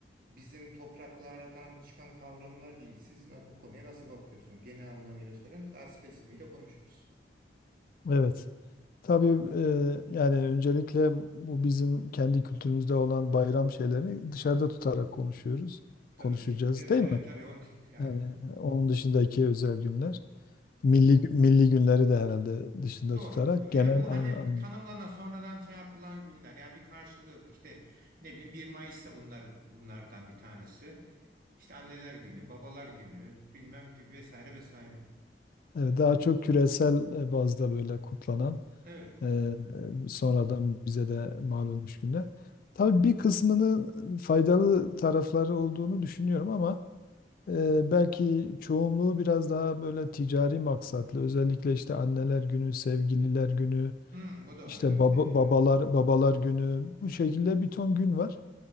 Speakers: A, on the right; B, on the left.
A: bizim topraklardan çıkan kavramlar değil. Siz na- bu konuya nasıl bakıyorsunuz? Genel anlamıyla sorayım. Daha spesifiğiyle konuşuruz.
B: evet. Tabii e, yani öncelikle bu bizim kendi kültürümüzde olan bayram şeylerini dışarıda tutarak konuşuyoruz.
A: Tabii
B: Konuşacağız
A: ki. Evet
B: değil
A: evet
B: mi?
A: tabii on yani.
B: Yani onun dışındaki özel günler. Milli, milli günleri de herhalde dışında
A: Doğru,
B: tutarak
A: doğru.
B: genel
A: Yani bu
B: an,
A: hani
B: an-
A: tanımlanan sonradan şey yapılan günler. Yani bir karşılığı yok. İşte ne bileyim bir Mayıs'ta bunlar bunlardan bir tanesi. İşte anneler günü, babalar günü, bilmem vesaire vesaire.
B: e, e, daha çok küresel e, bazda böyle kutlanan
A: Evet.
B: e, e, sonradan bize de mal olmuş günler. Tabii bir kısmının faydalı tarafları olduğunu düşünüyorum ama Eee, belki çoğunluğu biraz daha böyle ticari maksatlı. Özellikle işte anneler günü, sevgililer günü,
A: Hmm, bu da
B: işte
A: var değil
B: baba,
A: mi sevgililer
B: babalar
A: günü?
B: babalar günü bu şekilde bir ton gün var.